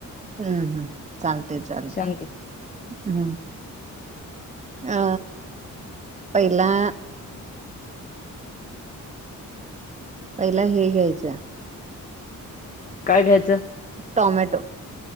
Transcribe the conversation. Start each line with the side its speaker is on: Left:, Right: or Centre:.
Right: हम्म हम्म चालते चालते.
Left: सांग की
Right: हम् अ पहिला.. पहिला हे घ्यायचं.
Left: काय घ्यायचं?
Right: टोमॅटो.